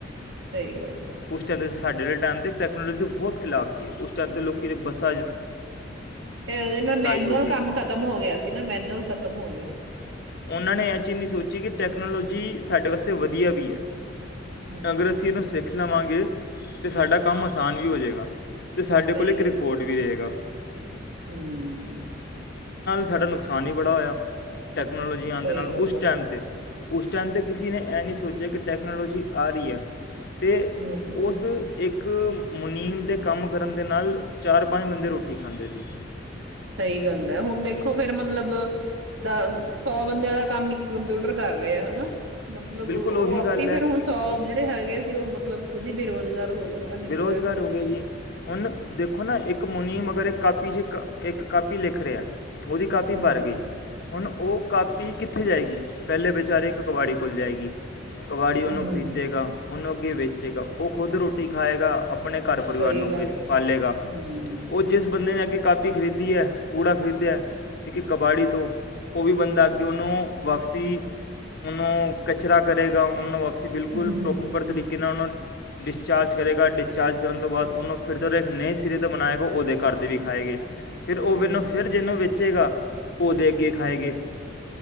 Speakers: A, on the right; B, on the left.
A: ਸਹੀ ਗੱਲ ਆ
B: ਉਸ ਟਾਈਮ ਦੇ ਸਾਡੇ ਵਾਲੇ ਟਾਈਮ ਦੇ ਬਹੁਤ ਖਿਲਾਫ ਅਤੇ ਉਸ ਟਾਈਮ ਦੇ ਲੋਕ ਦੀ ਬੱਸ
A: ਫਿਰ ਉਹਦੇ ਨਾਲ ਮੈਨੂਅਲ
B: ਹੋਈ
A: ਕੰਮ ਖਤਮ ਹੋ ਗਿਆ ਸੀ ਨਾ। ਮੈਨੂਅਲ ਖਤਮ ਹੋ ਗਿਆ
B: ਉਹਨਾਂ ਨੇ ਇਹ ਚੀਜ਼ ਸੋਚੀ ਕਿ ਟੈਕਨੋਲੋਜੀ ਸਾਡੇ ਵਾਸਤੇ ਵਧੀਆ ਵੀ ਹੈ।
A: ਹਮ
B: ਅਗਰ ਅਸੀਂ ਇਹਨੂੰ ਸਿੱਖ ਲਵਾਂਗੇ ਅਤੇ ਸਾਡਾ ਕੰਮ ਆਸਾਨ ਵੀ ਹੋ ਜਾਵੇਗਾ। ਅਤੇ ਸਾਡੇ
A: ਸਹੀ
B: ਕੋਲ ਇੱਕ
A: ਗੱਲ
B: ਕੋਦ
A: ਆ।
B: ਵੀ ਰਹੇਗਾ।
A: ਹਮ
B: ਅਤੇ ਸਾਡਾ ਨੁਕਸਾਨ ਹੀ ਬੜਾ ਹੋਇਆ। ਟੈਕਨੋਲਜੀ ਆਉਣ
A: ਸਹੀ
B: ਦੇ ਨਾਲ
A: ਗੱਲ
B: ਉਸ
A: ਆ
B: ਟਾਈਮ ਤੇ ਉਸ ਟਾਈਮ ਤੇ ਕਿਸੇ ਨੇ ਇਹ ਨਹੀਂ ਸੋਚਿਆ ਕਿ ਟੈਕਨੋਲੋਜੀ ਆ ਰਹੀ ਹੈ। ਤੇ
A: ਹਮ
B: ਉਸ ਇੱਕ ਮੁਨੀਮ ਦੇ ਕੰਮ ਕਰਨ ਦੇ ਨਾਲ ਚਾਰ ਪੰਜ ਬੰਦੇ ਰੋਟੀ ਖਾਂਦੇ ਸੀ।
A: ਸਹੀ ਗੱਲ ਹੈ ਹੁਣ ਦੇਖੋ ਫੇਿਰ ਮਤਲਬ ਦਾ ਸੌ ਬੰਦਿਆਂ ਦਾ ਕੰਮ ਇੱਕ ਕੰਪਿਊਟਰ ਕਰ ਰਿਹਾ ਆ। ਹਨਾ ਮਤਲਬ
B: ਬਿਲਕੁਲ
A: ਉਹ
B: ਉਹੀ
A: ਆਪ
B: ਗੱਲ
A: ਹੀ
B: ਹੈ
A: ਫੇਰ ਹੁਣ ਸੋਬ ਜਿਹੜੇ ਹੈਗੇ ਉਹ ਮਤਲਬ ਖੁ ਹੀ ਬੇਰੁਜ਼ਗਾਰ ਹੋ ਗਏ ਅਨਇੰਪਲੋਇਡ
B: ਬੇਰੁਜ਼ਗਾਰ ਹੋ ਗਏ ਜੀ ਹੁਣ ਦੇਖੋ ਨਾ ਇੱਕ ਇੱਕ ਮੁਨੀਅਮ ਮਗਰ ਇੱਕ ਕਾਪੀ ਚ ਇੱਕ ਕਾਪੀ ਲਿਖ ਰਿਹਾ ਉਹਦੀ ਕਾਪੀ
A: ਹੂੰ
B: ਭਰ ਗਈ ਹੁਣ ਉਹ ਕਾਪੀ ਕਿੱਥੇ ਜਾਏਗੀ? ਪਹਿਲੇ ਵਿਚਾਰੇ ਇੱਕ ਕਵਾੜੀ ਕੋਲ ਜਾਏਗੀ। ਕਬਾੜੀ ਉਹਨੂੰ
A: ਹੂੰ
B: ਖਰੀਦੇਗਾ ਉਹਨੂੰ ਵੇਚੇਗਾ ਉਹ ਖੁਦ ਰੋਟੀ ਰੋਟੀ ਖਾਏਗਾ ਆਪਣੇ ਘਰ ਪਰਿਵਾਰ
A: ਸਹੀ
B: ਨੂੰ
A: ਗੱਲ
B: ਵੀ
A: ਆ
B: ਪਾਲੇਗਾ
A: ਹੂੰ।
B: ਉਹ ਜਿਸ ਬੰਦੇ ਨੇ ਅੱਗੇ ਕਾਪੀ ਖਰੀਦੀ ਹੈ। ਕੂੜਾ ਖਰੀਦਿਆ ਹੈ ਠੀਕ ਹੈ ਕਬਾੜੀ ਤੋਂ ਉਹ ਵੀ ਬੰਦਾ ਅੱਗੇ ਉਹਨੂੰ ਵਾਪਸੀ ਨੂੰ ਕਚਰਾ ਕਰੇਗਾ ਉਹਨੂੰ ਵਾਪ ਅਸੀਂ ਬਿਲਕੁਲ
A: ਹੂੰ
B: ਪ੍ਰੋਪਰ ਤਰੀਕੇ ਨਾਲ ਉਹਨੂੰ <inaudible> ਡਚਾਰਜ ਕਰੇਗਾ ਡਿਸਚਾਰਜ ਕਰਨ ਤੋਂ ਬਾਅਦ ਉਹਨੂੰ ਫਿਰ ਜ ਇੱਕ ਨਵੇਂ ਸਿਰੇ ਤੋਂ ਬਣਾਏਆਗਾ ਉਹਦੇ ਘਰ ਤੇ ਵੀ ਖਾਏ ਗ ਫਿਰ ਓਵੇਨੂੰ
A: ਹੂੰ
B: ਫਿਰ ਜਿਹਨੂੰ ਵੇਚੇਗਾ। ਉਹਦੇ ਅੱਗੇ ਖਾਏ ਗਏ।